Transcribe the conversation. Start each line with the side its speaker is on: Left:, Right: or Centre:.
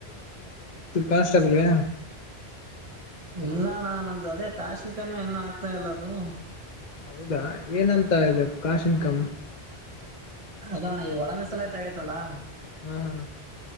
Left: ಹಾಸ್ಟೆಲ್ ಗೆ
Right: ಇಲ್ಲಣಾ ನಂದು ಅದೇ ಕಶಿನ ಕಮ್ಮಿ ಇನ್ನು ಆಗ್ತಾಲ್ಲದು
Left: ಹೌದಾ ಏನಂತ ಇ ಕಾಶಿನ ಕಂ
Right: ಅದಣ ಈ ಒಳ ಮೆಸಲಾಯ್ತ ಆಗೈತಲ್ಲಾ
Left: ಹ್ಮ ಹಾ